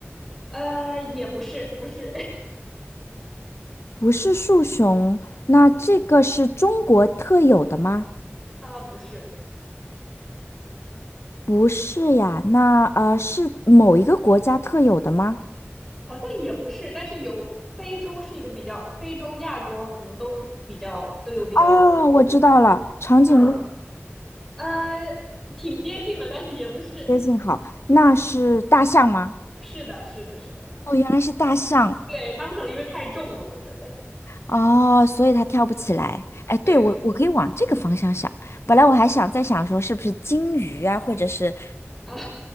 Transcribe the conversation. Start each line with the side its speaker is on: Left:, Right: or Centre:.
Centre: 呃，也不是，不是，
Left: 不是树熊，那这个是中国特有的吗？
Centre: <laughs> 啊、不是，
Left: 不是呀，那呃是某一个国家特有的吗？
Centre: 好像也不是，但是有非洲是一个比较，非洲、亚洲可能都比较都有比较多的。
Left: 哦，我知道了，长颈鹿
Centre: 嗯，呃，挺接近的，但是也不是。
Left: 接近好，那是大象吗？
Centre: 是的，是的，是的，
Left: 哦，原来是大象
Centre: 对，他们可能因为太重了，我觉得。
Left: 哦，所以它跳不起来。哎，对，
Centre: 对，
Left: 我我可以往这个方向想。本来我还想再想说是不是金鱼啊，或者是
Centre: 啊。